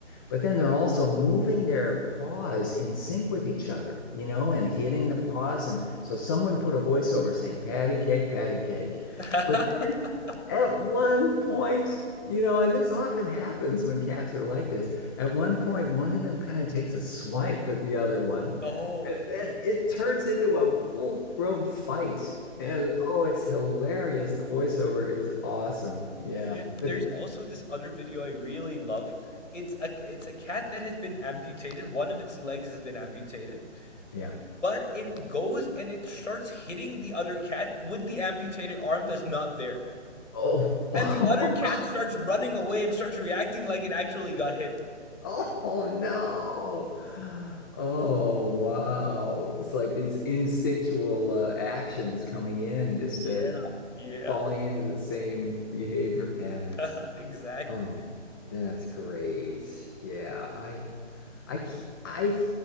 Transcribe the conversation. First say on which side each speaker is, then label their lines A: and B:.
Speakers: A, on the left; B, on the left.
A: But then they're also moving their paws in sync with each other, you know, and hitting
B: Oh.
A: the paws. And so someone put a voiceover saying, patty cake, patty cake.
B: <laughs>
A: But at one point, you know, and this often happens when cats are like this. At one point, one of them kind of takes a swipe at the other one,
B: Oh,
A: and then it turns into a full-grown fight. And oh, it's hilarious. The voiceover is awesome. Yeah.
B: yeah.
A: It-
B: There's also this other video I really love. It's a it's a cat that has been amputated. One of its legs has been amputated,
A: yeah.
B: but it goes and it starts hitting the other cat with the amputated arm that's not there.
A: Oh.
B: And
A: <laughs>
B: the other cat starts running away and starts reacting like it actually got hit.
A: Oh no. Oh wow. It's like these instinctual uh, actions coming in just
B: Yeah,
A: to
B: yeah.
A: falling into the same behavior patterns.
B: <laughs> Exactly.
A: Oh, that's great. Yeah, I I ke- I